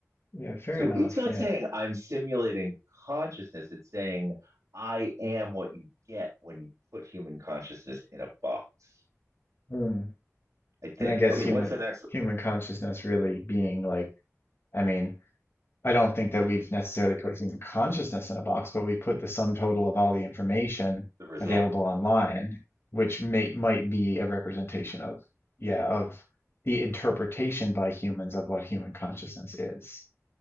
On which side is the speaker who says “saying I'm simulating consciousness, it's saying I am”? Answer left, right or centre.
Right